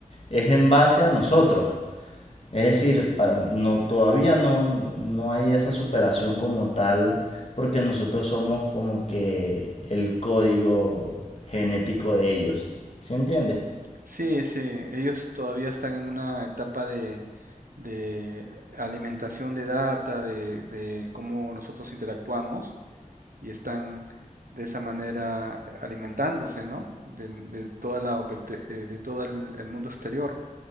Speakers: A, on the left (about 50°); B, on the right (about 85°).
A: es en base a nosotros. Es decir, pa- no, todavía no, no hay esa superación como tal, porque nosotros somos como que el código genético de ellos. ¿Sí entiendes?
B: Sí, sí, ellos todavía están en una etapa de, de alimentación de data, de, de cómo nosotros interactuamos y están de esa manera alimentándose, ¿no? De, de toda la, operte- eh, de todo el, el mundo exterior.